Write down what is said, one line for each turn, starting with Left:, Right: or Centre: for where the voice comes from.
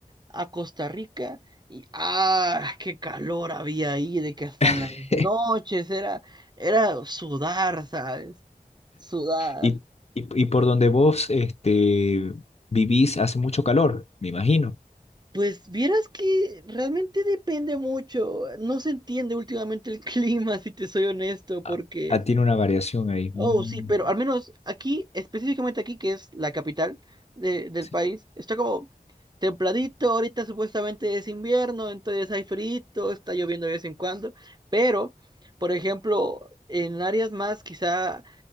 Right: a Costa Rica y ¡ah! ¡Qué calor había ahí! De que hasta en las
Left: <laughs>
Right: noches era, era sudar, ¿sabes? Sudar.
Left: Y, y, y por donde vos este, vivís hace mucho calor, me imagino.
Right: Pues vieras que realmente depende mucho. No se entiende últimamente el <laughs> clima, si te soy honesto, porque,
Left: Ah, ah, tiene una variación ahí.
Right: oh,
Left: Mm,
Right: sí, pero al menos aquí, específicamente aquí, que es la capital de- del
Left: sí.
Right: país, está como templadito. Ahorita supuestamente es invierno, entonces hay frío, está lloviendo de vez en cuando. Pero, por ejemplo, en áreas más quizá